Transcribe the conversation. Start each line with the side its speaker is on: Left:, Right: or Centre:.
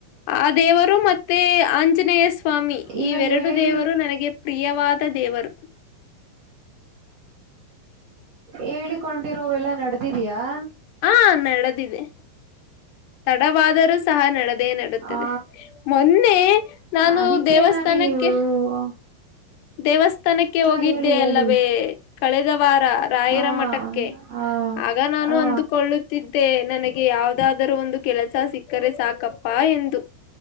Left: ಆ ದೇವರು ಮತ್ತೆ ಆಂಜನೇಯ ಸ್ವಾಮಿ
Right: ಈಗ
Left: ಇವೆರಡು
Right: ನೀವು ಹೇಳಿ
Left: ದೇವರು ನನಗೆ ಪ್ರಿಯ ವಾದ ದೇವರು
Right: ಹೇಳಿಕೊಂಡಿರೋವೆಲ್ಲಾ ನಡೆದಿದ್ಯಾಾ
Left: ಹಾ ನಡೆದಿದೆ ತಡವಾದರೂ ಸಹ ನಡೆದ ಅದೇ ನಡದೆ
Right: ಆ,
Left: ಮೊನ್ನೆ ನಾನು
Right: ಅದಕ್ಕೆ
Left: ದೇವಸ್ಥಾನಕ್ಕೆ
Right: ನಾನು ನೀವು
Left: ದೇವಸ್ಥ ತನಕ್ಕೆ
Right: ಹಾ
Left: ಹೋಗಿದ್ದೆ
Right: ಹೇಳಿ ಹೇಳಿ
Left: ಅಲ್ಲವೇ ಕಳೆದ ವಾರ ರಾಯರ
Right: ಹಾ
Left: ಮಠಕ್ಕೆ
Right: ಆ
Left: ಆಗ ನಾ ನಾನು
Right: ಆ
Left: ಅಂದುಕೊಳ್ಳುತ್ತಿದ್ದೆ ನನಗೆ ಯಾವದಾದರೂ ಒಂದು ಕೆಲಸ ಸಿಕ್ಕರೆ ಸಾಕಪ್ಪ ಎಂದು